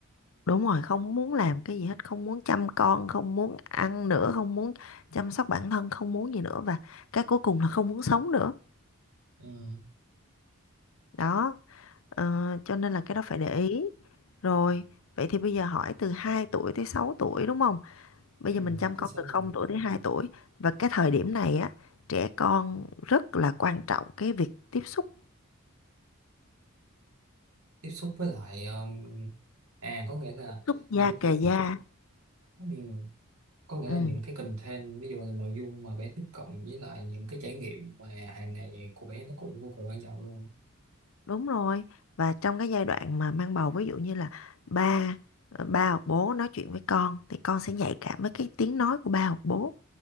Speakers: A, on the left; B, on the right.
A: Đúng rồi, không muốn làm cái gì hết, không muốn chăm con, không muốn ăn nữa, không muốn chăm sóc bản thân, không muốn gì nữa và cái cuối cùng là không muốn sống nữa.
B: ừ.
A: Đó, ờ, cho nên là cái đó phải để ý. Rồi, vậy thì bây giờ hỏi từ 2 tuổi tới 6 tuổi đúng không? Bây
B: ừ.
A: giờ mình chăm
B: chính
A: con
B: xác
A: từ không
B: luôn
A: tuổi tới 2 tuổi và cái thời điểm này á, trẻ con rất là quan trọng cái việc tiếp xúc,
B: tiếp xúc với lại um, à có nghĩa là
A: tiếp xúc da
B: tôi thấy
A: kề da.
B: ừ. có nghĩa
A: Ừ.
B: là những cái content ví dụ là nội dung mà bé tiếp cận với lại những cái trải nghiệm mà hàng ngày của bé nó cũng vô cùng quan trọng luôn
A: Đúng rồi. Và trong cái giai đoạn mà mang bầu ví dụ như là ba ờ, ba hoặc bố nói chuyện với con thì con sẽ nhạy cảm với cái tiếng nói của ba hoặc bố.